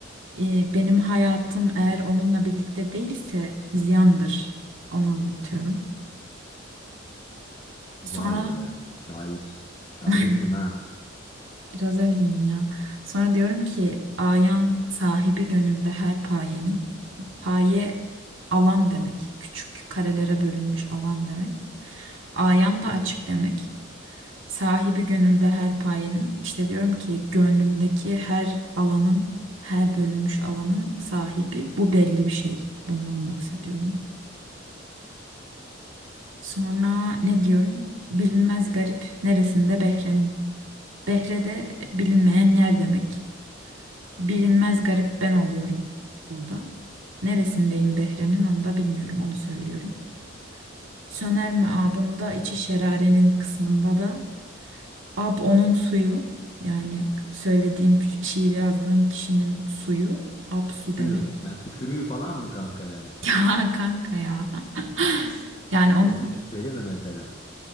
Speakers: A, on the right; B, on the left.
A: e, benim hayatım eğer onunla birlikte değilse ziyandır. Onu anlatıyorum.
B: Vay
A: Sonra
B: be. Şair. Şairsin
A: <laughs>
B: ha.
A: Biraz öyleyim ya. Sonra diyorum ki ayan sahibi gönülde her payenin. Paye alan demek. Küçük karelere bölünmüş alan demek. Ayan da açık demek. Sahibi gönülde her payenin. İşte diyorum ki gönlümdeki her alanın, her bölünmüş alanın sahibi. Bu belli bir şey. Bundan bahsediyorum. Sonra ne diyorum? Bilinmez garip neresinde Behre'nin. Behre de bilinmeyen yer demek. Bilinmez garip ben oluyorum burada. Neresindeyim Behre'nin onu da bilmiyorum onu söylüyorum. Söner mi abında içi şerarenin kısmında da ab onun suyu yani söylediğim şi- şiiri yazdığım kişinin suyu ab su
B: Suyu.
A: demek.
B: Yani tükürüğü falan mı kanka yani?
A: <laughs> Ya kanka ya. <laughs> Yani onu
B: Nesi teri mi mesela?